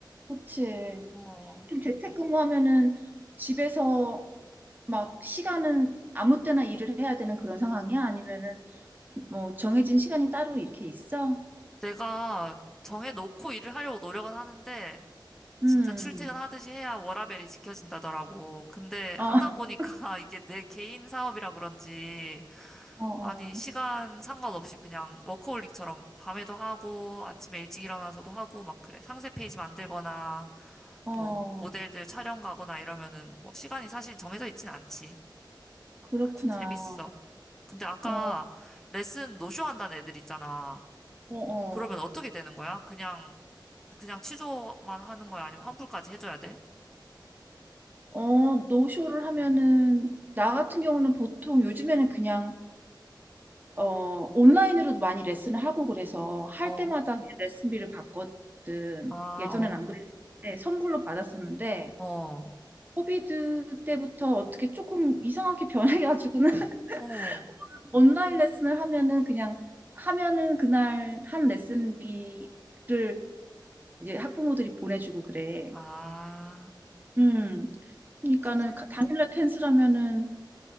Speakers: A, on the right; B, in the centre.
A: 그치.
B: 어,
A: 좀 재택근무하면은 집에서 막 시간은 아무 때나 일을 해야 되는 그런 상황이야? 아니면은 그- 뭐 정해진 시간이 따로 이렇게 있어?
B: 내가 정해놓고 일을 하려고 노력은 하는데,
A: 음.
B: 진짜 출퇴근하듯이 해야 워라밸이 지켜진다더라고. 근데
A: 어,
B: 하다
A: <laughs>
B: 보니까 <laughs> 이게 내 개인 사업이라 그런지,
A: 어,
B: 아니, 시간 상관없이 그냥 워커홀릭처럼 밤에도 하고, 아침에 일찍 일어나서도 하고, 막 그래. 상세 페이지 만들거나,
A: 어,
B: 또
A: 어.
B: 모델들 촬영 가거나 이러면은, 뭐, 시간이 사실 정해져 있진 않지.
A: 그렇구나.
B: 그래도 재밌어. 근데 아까
A: 어,
B: 레슨 노쇼 한다는 애들 있잖아.
A: 어, 어.
B: 그러면 어떻게 되는 거야? 그냥, 그냥 취소만 하는 거야? 아니면 환불까지 해줘야 돼?
A: 어, 노쇼를 하면은 나 같은 경우는 보통 요즘에는 그냥 어, 온라인으로도 많이 레슨을 하고 그래서 할
B: 어,
A: 때마다 레슨비를 받거든.
B: 아,
A: 예전엔
B: 어,
A: 안 그랬었는데 선불로 받았었는데
B: 어,
A: 코비드 때부터 어떻게 조금 이상하게 변해가지고는 <laughs>
B: 어,
A: 온라인 레슨을 하면은 그냥 하면은 그날 한 레슨비를 이제 학부모들이 보내주고 그래.
B: 아,
A: 음. 그러니까는
B: 후불,
A: 가- 당일날 캔슬하면은